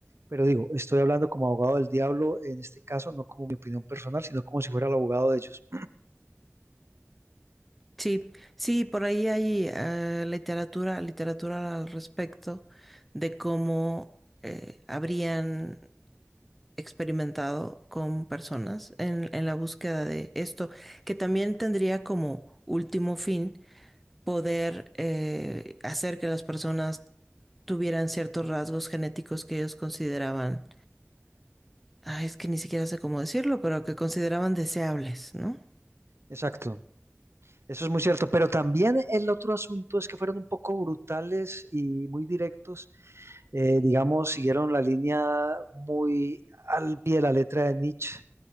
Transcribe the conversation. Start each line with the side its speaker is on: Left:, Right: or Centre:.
Right: pero digo, estoy hablando como abogado del diablo en este caso, no como mi opinión personal, sino como si fuera el abogado de ellos.
Centre: Sí, sí, por ahí hay eh, literatura, literatura al respecto de cómo eh, habrían experimentado con personas en, en la búsqueda de esto, que también tendría como último fin poder eh, hacer que las personas tuvieran ciertos rasgos genéticos que ellos consideraban ay, es que ni siquiera sé cómo decirlo, pero que consideraban deseables, ¿no?
Right: Exacto. Eso es muy cierto, pero también el otro asunto es que fueron un poco brutales y muy directos, eh, digamos, siguieron la línea muy al pie de la letra de Nietzsche